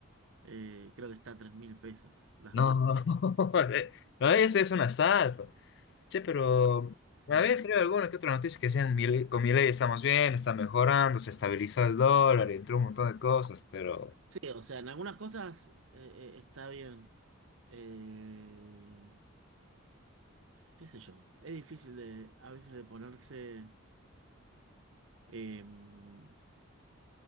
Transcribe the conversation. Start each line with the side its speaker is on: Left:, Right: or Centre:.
Right: eh, creo que está a 3 mil pesos, las
Left: No,
Right: dos cosas.
Left: <laughs> no, eso es un asalto. Che, pero
Right: Sí.
Left: me había salido alguna que otra noticia que decían, "Milei- con mi ley estamos bien, está mejorando, se estabilizó el dólar, entró un montón de cosas. Pero
Right: Sí, o sea, en algunas cosas eh, eh, está bien. Eh, qué sé yo, es difícil de a veces de ponerse, em,